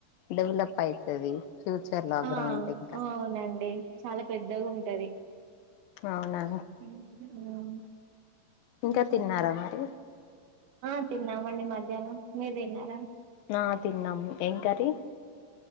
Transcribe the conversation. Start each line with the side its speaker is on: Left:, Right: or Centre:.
Left: డెవలప్ అయితది ఫ్యూచర్ లో
Right: ఆ
Left: గ్రౌండ్ ఇంకా
Right: అవునండి చాలా పెద్దగుంటది
Left: అవునా
Right: ఉహు అవును
Left: ఇంకా తిన్నారా మరి
Right: ఆ తిన్నామండి మధ్యాహ్నం మీరు తిన్నారా
Left: ఆ తిన్నాం ఏం కర్రి